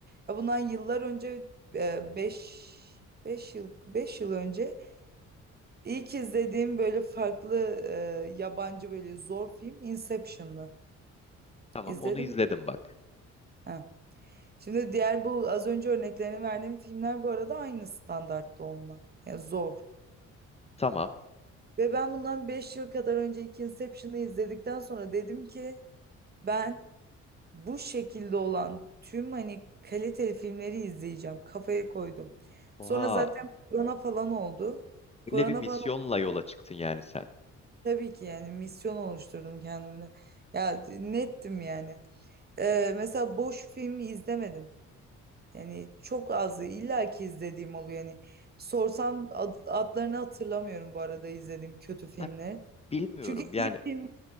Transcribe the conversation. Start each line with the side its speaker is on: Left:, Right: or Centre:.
Right: Ya bundan yıllar önce e, 5 beş yıl 5 yıl önce ilk izlediğim böyle farklı e, yabancı böyle zor film Inception'dı.
Left: Tamam,
Right: İzledim.
Left: onu izledim bak.
Right: Ha. Şimdi diğer bu az önce örneklerini verdiğim filmler bu arada aynı standartta onunla. Ya zor.
Left: Tamam.
Right: Ve ben bundan 5 yıl kadar önce ilk Inception'ı izledikten sonra dedim ki ben Bu şekilde olan tüm hani kaliteli filmleri izleyeceğim. Kafaya koydum.
Left: Oha,
Right: Sonra zaten korona falan oldu. Korona
Left: öyle bir misyonla
Right: falan oldu.
Left: yola çıktın yani sen.
Right: tabii ki yani misyon oluşturdum kendimde. Ya nettim yani. Ee, mesela boş film izlemedim. Yani çok az illa ki izlediğim oluyor. Yani sorsam ad- adlarını hatırlamıyorum bu arada izlediğim kötü filmleri.
Left: Ya, bilmiyorum.
Right: Çünkü
Left: Yani
Right: iyi film...